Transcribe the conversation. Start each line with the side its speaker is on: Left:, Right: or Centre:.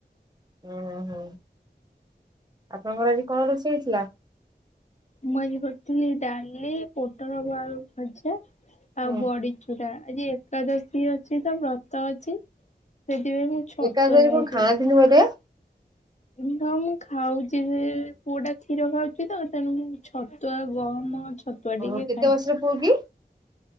Right: ଓ ହୁଁ ଆପଣଙ୍କର ଆଜି କଣ ରୋଷେଇ ହେଇଥିଲା?
Left: ମୁଁ ଆଜି କରିଥିଲି ଡାଲି, ପୋଟଳ ଆଳୁ ଭଜା। ଆଉ
Right: ହୁଁ
Left: ବଡିଚୁରା ଆଜି ଏକାଦଶୀ ଅଛି ତ ବ୍ରତ ଅଛି। ସେଥିପାଇଁ ମୁଁ ଛତୁଆ
Right: ଏକାଥରେ
Left: ଖାଇଥିଲି।
Right: କଣ ଖାଆନ୍ତିନି ବୋଧେ
Left: ହଁ ପା ମୁଁ ଖାଉଛି ସେ ପୁଅଟା କ୍ଷୀର ଖାଉଛି ତ ତେଣୁ ଛତୁଆ ଗହମ ଛ ଛତୁଆ
Right: ଓହୋ
Left: ଟିକେ
Right: କେତେ
Left: ଖାଇଛି।
Right: ବର୍ଷର ପୁଅ କି?